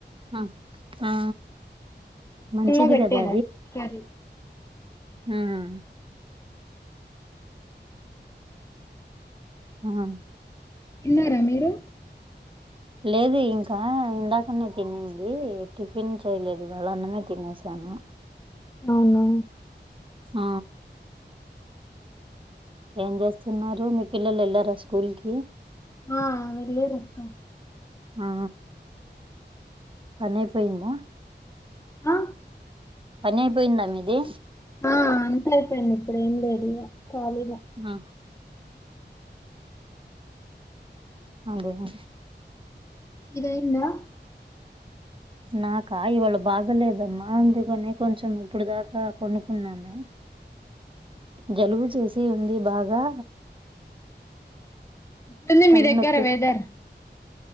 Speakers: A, on the right; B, on the left.
A: ఆ. మంచిది
B: న్న పెట్టేద
A: కదా
B: కర.
A: హ్మ్మ్ హా
B: ఇన్నారా మీరు
A: లేదు ఇంకా ఇందాకనే తినింది టిఫిన్ చేయలేదు ఇవాళ అన్నమే తినేసాను.
B: అవును!
A: ఆ ఏం చేస్తున్నారు మీ పిల్లలు వెళ్లరా స్కూల్ కి.
B: ఆ వెళ్ళారు అక్కా.
A: ఆ పనైపోయిందా.
B: అ
A: పని అయిపోయిందా మీది.
B: ఆ అంతా అయిపోయింది ఇప్పుడు ఏం లేదు ఖాళీనే.
A: ఆ ఆ అదే అ.
B: ఇదాయిందా.
A: నాకా ఇవాళ బాగలేదమ్మా అందుకని కొంచెం ఇప్పుడు దాకా పోనుకున్నాను. జలుబు చేసి ఉంది బాగా.
B: ఎట్లుంది
A: తల
B: మీ దగ్గర
A: నొప్పి
B: వెదర్